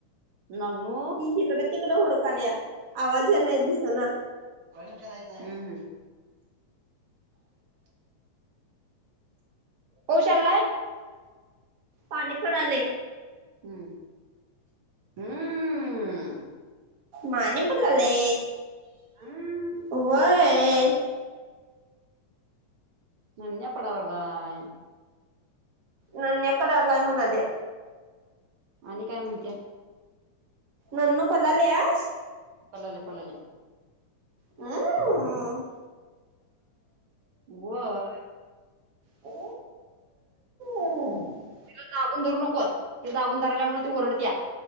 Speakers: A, on the right (about 55°); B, on the right (about 80°).
A: नानू
B: ती शकड तिकडं होडकाली आवाज यालाय, दिसना.
A: करायच हम्म हम्म. पाऊस यायला.
B: पाणी पडाले.
A: हम्म हम्म.
B: मानी पललाले,
A: हम्म
B: व्हय.
A: नन्या पडालागलाय.
B: नन्या पदारलाय म्हणाल्या.
A: आणि काय म्हणत्या.
B: ननु पलाल्यास.
A: पलाले पलाले.
B: हम्म.
A: व्ह.
B: अ <unintelligible> <inaudible>
A: तिला दाबून धरु नकोस. ती दाबून धरल्यामुळे ती ओरडत्या.